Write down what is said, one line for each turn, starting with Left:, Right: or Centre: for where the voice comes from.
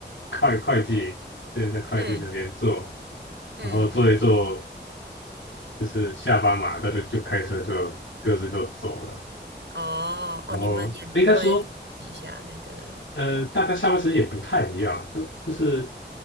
Left: 会会计，之前在会计那边做，
Right: 嗯嗯，
Left: 然后做一做，就是下班嘛，大家就开车就各自就走了。
Right: 哦哦，
Left: 然后应该说，
Right: 你们也不会私底下那个，
Left: 呃，大家下班时间也不太一样，就就是